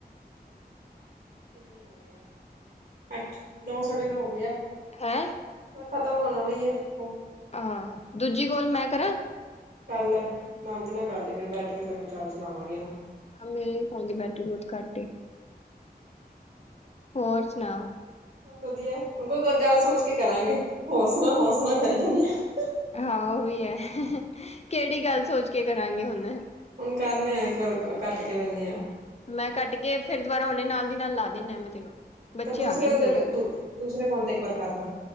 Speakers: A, on the right (about 75°); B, on the left (about 40°).
A: ਕਿੰਨੇ ਹੋ ਗਏ ਅੱਠ ਨੌ ਸਾਢੇ ਨੌ ਹੋਗੇ,
B: ਹੈਂ,
A: ਮ ਖ਼ਤਮ ਹੋਣ ਵਾਲੀ ਆ ਫੋਨ।
B: ਆਹੋ ਦੂਜੀ ਕੋਲ ਮੈਂ ਕਰਾਂ
A: ਕਰ ਲੈ ਨਾਲ ਦੀ ਨਾਲ ਕਰ ਲ ਫਿਰ ਬੈਟਰੀ ਫੂੰ ਚਾਰਜ ਲਾਵਾਂਗੇ ਇਹਨੂੰ
B: ਆ ਮੇਰੇ ਫੋਨ ਦੀ ਬੈਟਰੀ ਬਹੁਤ ਘੱਟ ਏ ਹੋਰ ਸੁਣਾ
A: ਬ ਵਧੀਆ ਹੂੰ ਕੋਈ ਗੱਲ ਸੋਚ ਕੇ ਕਰਾਂਗੇ ਹੋਰ ਸੁਣਾ ਹੋਰ ਸੁਣਾ ਕਰੀ ਜਾਂਦੇ ਹਾਂ।
B: ਹਾਂ, ਉਹ ਵੀ ਹੈ ਕਿਹੜੀ ਗੱਲ ਸੋਚ ਕੇ ਕਰਾਂਗੇ ਹੁਣ
A: ਹੁਣ ਕਰਨੇ ਆ ਇੱਕ ਵਾਰ ਕੱਟ ਕੇ ਵਹਿੰਦੇ ਹਾਂ।
B: ਮੈਂ ਕੱਟ ਕੇ ਫੇਿਰ ਦੁਬਾਰਾ ਨੇ ਨਾਲ ਦੀ ਨਾਲ ਲਾ ਦਿੰਦਾ ਮੈਂ ਤੈਨੂੰ ਬੱਚੇ
A: ਤਾਂ ਦੂਸਰੇ
B: ਆ ਗਏ ਨੇ
A: ਹਦੇ
B: ਥੱਲੇ
A: ਦੂਸਰੇ ਫੋਨ ਤੇ ਇੱਕ ਵਾਰ ਕਰਨਾ।